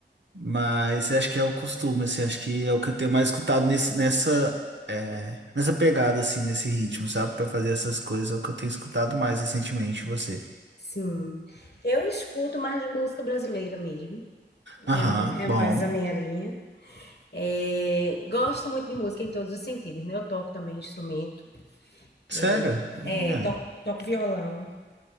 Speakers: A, on the right; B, on the left.
A: Mas acho que é o costume, assim, acho que é o que eu tenho mais escutado nesse, nessa, é, nessa pegada, assim, nesse ritmo, sabe? Pra fazer essas coisas, é o que eu tenho escutado mais recentemente, você.
B: Sim, eu escuto mais música brasileira mesmo,
A: Aham,
B: é, é
A: bom.
B: mais a minha linha. É, gosto muito de música em todos os sentidos, né? Eu toco também instrumento,
A: Sério?
B: é,
A: Olha,
B: é, toco, toco violão.